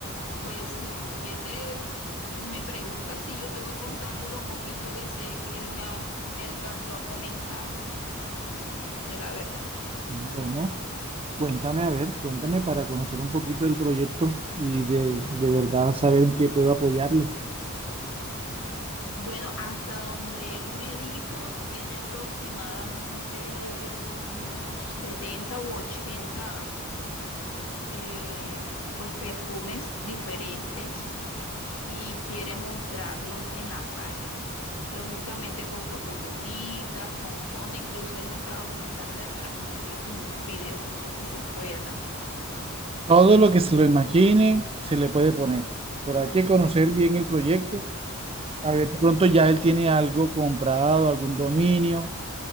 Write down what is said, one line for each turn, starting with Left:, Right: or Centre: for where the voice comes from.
Left: Pues si tú quieres, me preguntas si yo te voy contando lo poquito que sé que él me, ha- me alcanzó a comentar. No sé la verdad.
Right: Bueno, cuéntame, a ver, cuéntame para conocer un poquito del proyecto y de, de verdad saber en qué puedo apoyarle.
Left: Bueno, hasta donde él me dijo, tiene aproximadamente unos setenta u ochenta eh, pues perfumes diferentes y quiere mostrarlos en la página. Lógicamente con fotos bonitas, con fondo, incluso él me estaba comentando de para ponerle como unos videos, no sé si se pueda.
Right: Todo lo que se lo imaginen se le puede poner, pero hay que conocer bien el proyecto. A ver, de pronto ya él tiene algo comprado, algún dominio,